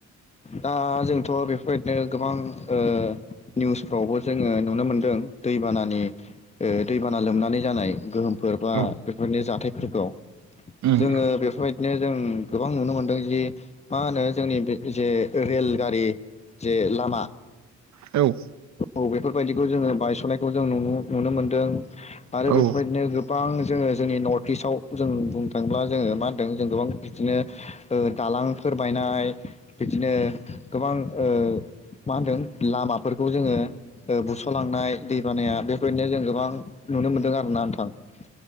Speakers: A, on the left; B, on the right.
A: दा जोंथ' बेफोरबायदिनो गोबां ओ निउसफ्रावबो जोङो नुनो मोनदों। दैबानानि ओ दैबाना लोमनानै जानाय गोहोम फोर बा
B: औ
A: बेफोरनि जाथायफोरखौ
B: उम
A: जोङो बेफोरबायदि बिदिनो जों गोबां नुनो मोनदों जि मा होनो जोंनि बे जे रेलगारि जे लामा
B: औ।
A: औ बेफोरबायदिखौ जोङो बायस'नायखौ जों नु नुनो मोनदों आरो
B: औ
A: बेफोरबायदिनो गोब गोबां जोङो जोंनि नर्थ इस्टव जों बुंनो थाङोब्ला जोङो मा होनदों जों गोबां बिदिनो ओ दालांफोर बायनाय बिदिनो गोबां ओ मा होनदों लामाफोरखौ जोङो ओ बुस'लांनाय दै बानाया बेबायदिनो जों गोबां नुनो मोनदों आरो ना नोंथां।